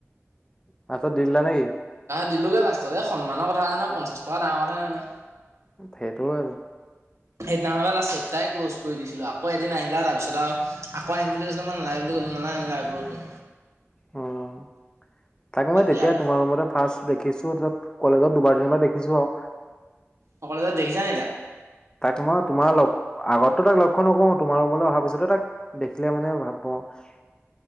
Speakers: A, on the left; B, on the right.
A: লাষ্টত দি দিলা নেকি
B: দিলো গৈ লাষ্টত সন্মানৰ কথা <unintelligible> পঞ্চাছ টকা ডাঙৰ কথা নহয়।
A: সেইটো হয় আৰু।
B: সেইদিনাখন ট' চেপ্তাৰেই ক্ল'জ কৰি দিছিলোঁ, আকৌ এদিন আহিলা তাৰিছত আৰু আকৌ আহিম বুলি কৈছিলোঁ মই নলাই বুলি ক'লো, নালাগে নালাগেটো
A: উম, তাকে
B: বাদ
A: মই তেতিয়া
B: দিয়া আৰু
A: তোমাৰ ৰুমতে ফাৰ্ষ দেখিছোঁ তাত কলেজত দুবাৰ তিনিবাৰ দেখিছোঁ আৰু।
B: সকলোতে দেখিছা নাই তাক?
A: তাক মই তোমাৰ লগ আগৰ পৰা তাক লক্ষ্য নকৰোঁ তোমাৰ ৰুমলৈ অহাৰ পিছতো তাক দেখিলে মানে ভাবোঁ আৰু।